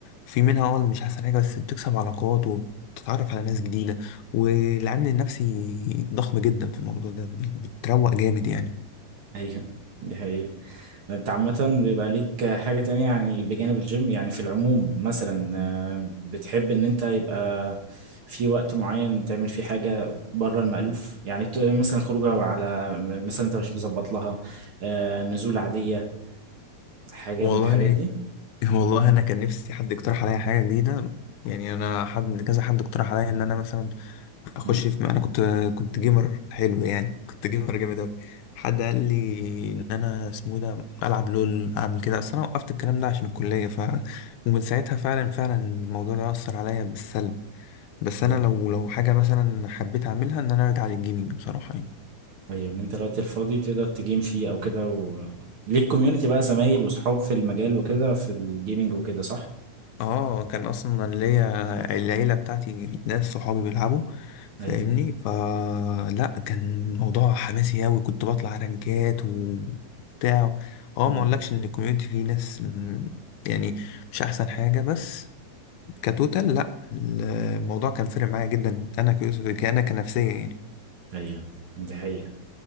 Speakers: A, on the left; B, on the right.
A: في منها اه مش احسن حاجة بس بتكسب علاقات وبتتعرف على ناس جديدة والعامل النفسي ضخم جدا في الموضوع ده بت- بتروق جامد يعني
B: أيوه دي حقيقة انت عامة بيبقى ليك حاجة تانية يعني بجانب الجيم يعني في العموم مثلا آه، بتحب ان انت يبقى في وقت معين تعمل فيه حاجة بره المألوف يعني ت- مثلا خروجة على مثلا انت مش مظبط لها آه، نزول عادية حاجة
A: والله
B: من مم. الحاجات دي
A: والله انا كان نفسي حد يقترح عليا حاجة جديدة يعني انا حد كذا حد اقترح عليا ان انا مثلا اخش
B: مم.
A: في انا كنت كنت جيمر حلو يعني كنت جيمر جامد اوي حد قال لي ان انا اسمه إيه ده العب لول اعمل كده اصل انا وقفت الكلام ده عشان الكليه ف ومن ساعتها فعلا فعلا الموضوع ده اثر عليا بالسلب بس
B: ايوه
A: انا لو لو حاجه مثلا حبيت اعملها ان انا ارجع للجيمنج بصراحه يعني
B: ايوه ان انت الوقت الفاضي تقدر تجيم فيه او كده و... ليك كوميونتي بقى زمايل وصحاب في المجال وكده في الجيمينج وكده صح؟
A: اه كان اصلا أنا ليا العيله بتاعتي ناس صحابي بيلعبوا فاهمني
B: ايوه
A: فلا كان الموضوع حماسي اوي كنت بطلع رانكات وبتاع اه
B: مم.
A: ما اقولكش ان الكوميونتي فيه ناس م- يعني مش احسن حاجه بس كتوتال لا الموضوع كان فارق معايا جدا انا كيوسف انا كنفسيه يعني
B: ايوه دي حقيقة